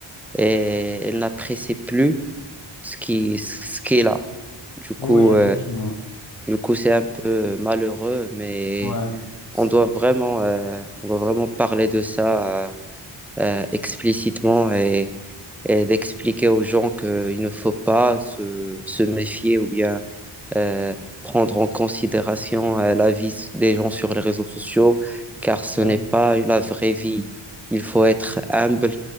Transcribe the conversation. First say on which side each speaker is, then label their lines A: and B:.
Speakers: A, in the centre; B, on the left.
A: et elle n'apprécie plus ce qui, ce qui est là. Du coup,
B: oui, effectivement.
A: euh, du coup, c'est un peu malheureux, mais
B: Ouais, c'est-
A: on doit vraiment, euh, on doit vraiment parler de ça euh, euh, explicitement et, et d'expliquer aux gens qu'il ne faut pas se, se méfier ou bien euh, prendre en considération euh, la vie des gens sur les réseaux sociaux, car ce
B: ouais,
A: n'est pas la vraie vie. Il faut être humble,